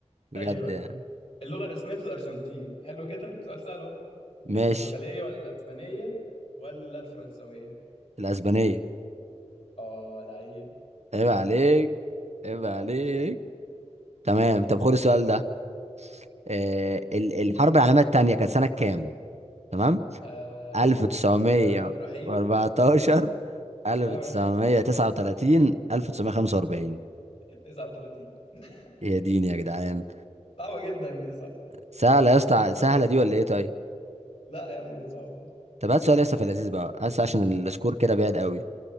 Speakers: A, on the right; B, on the left.
A: بجد
B: ايوه
A: يعني
B: ايوه اللغه الرسميه في الارجنتين حلو كده سؤال سهل اهو
A: ماشي
B: البرتغاليه ولا الاسبانيه ولا الفرنسويه
A: الاسبانية
B: اه لعيب
A: عيب عليك عيب عليك
B: عاش
A: تمام طب خد السؤال ده آه ال- الحرب العالمية التانية كانت سنة كام تمام
B: آه
A: 1914
B: بسم الله الرحمن الرحيم بسم
A: 1939
B: الله الرحمن
A: 1945
B: الرحيم <laughs> 39 <laughs>
A: يا ديني يا جدعان
B: صعبه جدا دي صح
A: سهلة يا اسطى سهلة دي ولا ايه طيب
B: لا يا عم كانت صعبه فعلا
A: طب هات سؤال لسه في اللذيذ بقى هات عشان السكور كده بعيد قوي